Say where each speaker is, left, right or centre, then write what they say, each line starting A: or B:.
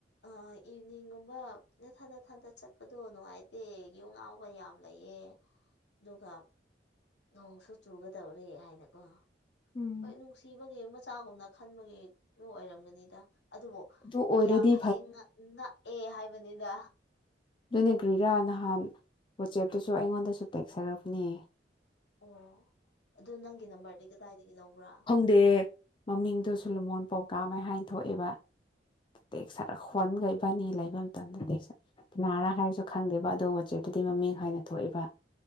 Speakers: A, on the left; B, on the left.
A: ꯑ ꯏꯚꯅꯤꯡꯒꯨꯝꯕ ꯅꯊꯟ ꯅꯊꯟꯇ ꯆꯠꯄꯗꯣ ꯅꯨꯡꯉꯥꯏꯇꯦ ꯌꯨ ꯉꯥꯎꯕ ꯌꯥꯝ ꯂꯩꯌꯦ ꯗꯨꯒ ꯅꯣꯡꯁꯨ ꯆꯨꯒꯗꯧꯔꯦ ꯍꯥꯏꯅꯀꯣ
B: ꯎꯝ
A: ꯍꯣꯏ ꯅꯨꯡꯁꯤꯕꯒꯤ ꯃꯆꯥꯒꯨꯝꯅ ꯈꯟꯕꯒꯤ ꯑꯗꯨ ꯑꯣꯏꯔꯝꯒ ꯗ ꯑꯗꯨꯕꯨ
B: ꯑꯗꯨ ꯑꯣꯏꯔꯗꯤ
A: ꯌꯥꯝ ꯐꯩꯌꯦ ꯉꯛ ꯅꯛꯑꯦ ꯍꯥꯏꯕꯅꯤꯗ
B: ꯗꯨꯅꯦ ꯀꯔꯤꯔꯥ ꯅꯍꯥꯟ ꯋꯥꯆꯦꯞꯇꯁꯨ ꯑꯩꯉꯣꯟꯗꯁꯨ ꯇꯦꯛꯁ ꯍꯥꯏꯔꯛꯄꯅꯦ
A: ꯑꯣ ꯑꯗꯨ ꯅꯪꯒꯤ ꯅꯝꯕꯔꯗꯤ ꯀꯗꯥꯏꯗꯒꯤ ꯂꯧꯕ꯭ꯔꯥ
B: ꯗꯦ ꯃꯃꯤꯡꯗꯨ ꯁꯣꯂꯨꯃꯣꯟ ꯄꯧꯀꯥꯝꯃꯦ ꯍꯥꯏꯅ ꯊꯣꯛꯑꯦꯕ ꯇꯦꯛꯁꯔ ꯈꯣꯟꯒ ꯏꯕꯅꯤ ꯂꯩꯕ ꯃꯇꯝꯗ ꯇꯦꯛꯁ ꯀꯅꯥꯔꯥ ꯍꯥꯏꯔꯁꯨ ꯈꯪꯗꯦꯕ ꯑꯗꯨ ꯋꯥꯆꯦꯞꯇꯗꯤ ꯃꯃꯤꯡ ꯍꯥꯏꯅ ꯊꯣꯛꯏꯕ